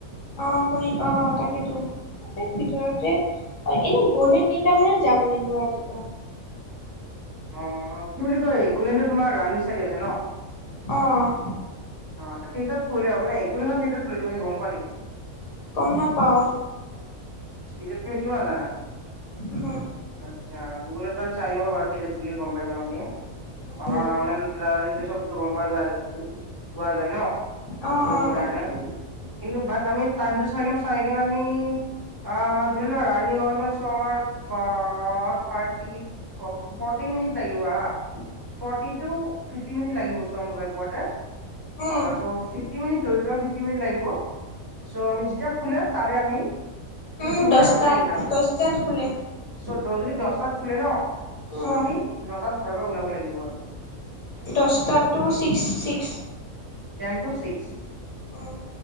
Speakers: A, on the left (about 65°); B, on the right (about 15°).
A: অহ শুনি, অহ তাকেতো ভিতৰতে হয় এনে গ'লে কেইটামানত যাব লাগিব ৰাতিপুৱা।
B: অ', কি বুলি কয় একলেন্ডটো, তোমাৰ ৰাণী চাইদে আছে ন?
A: অ',
B: অ', কেইটাত খুলে মানে একলেন্ড খন কেইটাত খুলে তুমি গম পোৱা নেকি?
A: গম নাপাওঁ।
B: কি জাষ্ট কি এইটোও নাজানা
A: উহু
B: আচ্ছা। গুগলত বাৰু চাই ল'ব বাৰু কেতিয়া খুল গম পাই যাম আমি
A: উম
B: কাৰণ অনলাইন <unintelligible> গম পাই পোৱা যোৱা যায় ন'
A: অ
B: চ' সেটো
A: অ
B: কাৰণে
A: তাকেতো
B: কিন্তু বত আমি টাইমটো চাই লম চাই কেনে আমি অ', ধৰি লোৱা ৰাণী হয় ন চো আমাৰ থাৰ্টি ফৰ্টি মিনিট লাগিব হা। ফৰ্টিটো ফিফ্টি মিনিট লাগিব ছ' আমি গৈ পোৱাতে,
A: উম
B: আহা চ' ফিফ্টি মিনিট ধৰি লোৱা ফিফট মিনি লাগিব চ' আমি যেতিয়া খো তাৰে আমি ফিফটি
A: উম
B: মিনিট
A: দছটাত
B: আগতে যাম
A: দছটাত খোলে
B: চ' দ যদি দশটাত খোলে ন চ'
A: উম
B: আমি নটাত ঘৰৰ পৰা ওলাব লাগিব আৰু।
A: দশটোতো six six
B: ten to six
A: উম